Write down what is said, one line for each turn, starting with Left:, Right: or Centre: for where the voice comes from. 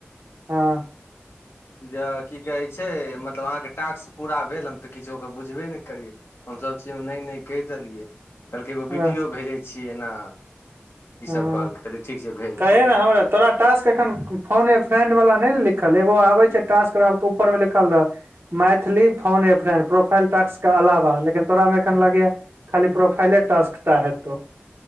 Right: हँ
Left: जे की कहै छै मतलब अहाँके टास्क पूरा भेल हम तऽ किछो ओकर बुझबे ने करी यऽ हमसभ चीजमे नहि नहि कहि देलियै कहलकै एगो
Right: हँ
Left: वीडियो भेजै छियै एना ई
Right: हॅं
Left: सब कहलकै कहलियै ठीक छै भेज
Right: कही
Left: दियौ
Right: ने हमरा तोरा टास्क एखन फोने ए फ्रेंड वाला नहि ने लिखल एगो आबे छै टास्क रहल त ऊपर मे लिखल रहल मैथिली फोन ए फ्रण्ड प्रोफाइल टास्क के अलावा लेकिन तोरा मे एखन लगैया खाली प्रोफाइले टास्क टा हेतौ